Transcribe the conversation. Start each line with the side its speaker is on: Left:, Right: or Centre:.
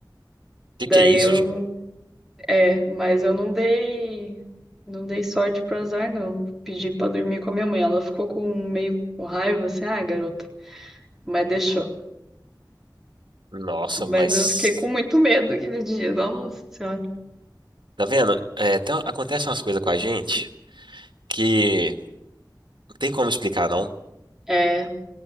Right: que
Centre: Daí
Right: que é isso,
Centre: eu,
Right: gente?
Centre: é, mas eu não dei, não dei sorte pro azar, não. Pedi pra dormir com a minha mãe, ela ficou com meio com raiva, assim, ah, garota, mas deixou.
Right: Nossa,
Centre: Mas
Right: mas.
Centre: eu fiquei com muito medo aquele dia. Nossa Senhora.
Right: Tá vendo? É, tem- acontecem umas coisas com a gente que não tem como explicar, não.
Centre: É,